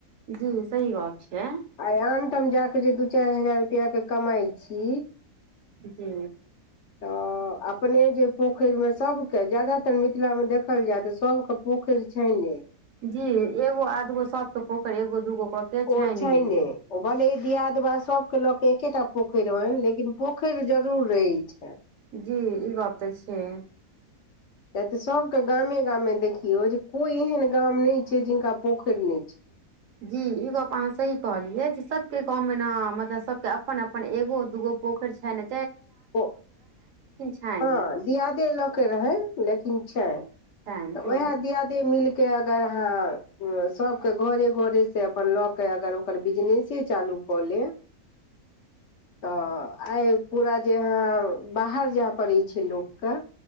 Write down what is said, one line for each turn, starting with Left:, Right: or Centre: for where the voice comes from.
Right: जी सही बात छै
Left: आइ आनठाम जाक जे दू चारि हजार रुपया क कमाइ छी
Right: जी
Left: तऽ अ अपने जे पोखरिमे सभके ज्यादातर मिथिलामे देखल जाय तऽ सभके पोखेर छै ने
Right: जी एगो आधगो सबके पोखरि एगो दूगो के छानिहे
Left: ओ छै ने ओ भले दियादबा सभके लऽ के एकेटा पोखरि हनि लेकिन पोखरि जरूर रहै छनि
Right: जी ई बात तऽ छै
Left: किया ते सब के गामे गामे देखियो जे कोई एहन गाम न छै जिनका पोखरि न छै
Right: जी ई गप आहाँ सही कहलियै जे सभके गाँवमे ने मतलब सभके अपन अपन एगो दूगो पोखरि छैने
Left: ओ
Right: छनि
Left: हँ दियाादे लऽ के रहै लेकिन छै
Right: छनि
Left: तऽ
Right: सही
Left: उहाई
Right: गप
Left: दिया
Right: छै
Left: दे मिलके के अगर अहां सब के घरे घरे से अपन ल के अगर ओकर बिजनेसे चालू कले तऽ आइ पूरा जे अहाँ बाहर जाय पड़ै छै लोगके